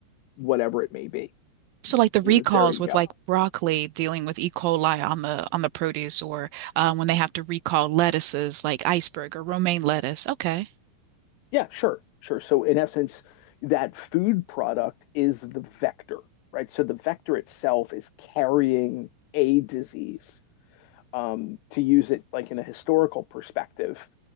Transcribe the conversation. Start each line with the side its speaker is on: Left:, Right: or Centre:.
Left: whatever it may be.
Right: So like the recalls
Left: You know, there you
Right: with
Left: go.
Right: like broccoli dealing with E. coli on the on the produce or uh, when they have to recall lettuces like iceberg or romaine lettuce. Okay.
Left: Yeah, sure, sure. So in essence, that food product is the vector, right? So the vector itself is carrying a disease. Um, to use it like in a historical perspective,